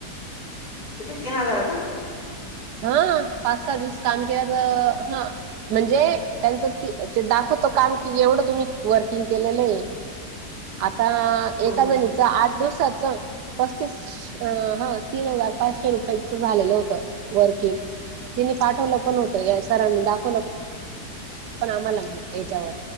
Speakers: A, on the left; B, on the right.
A: किती तीन हजारच?
B: हा पाच सात-दिस काम केलं तर, हं म्हणजे त्यांचं ती तें दाखवतो काम कि एवढं तुम्ही वर्किंग केलेलं ये. आता
A: चांगलं
B: एका जणी च, आठ दिवसाच पस्तीस श, हां तीन हजार, पाचशे रुपयाच झालेलं होतं वर्किंग, तिने पाठवलं पण होतं या सरांनी दाखवलं पण आम्हाला याच्यावर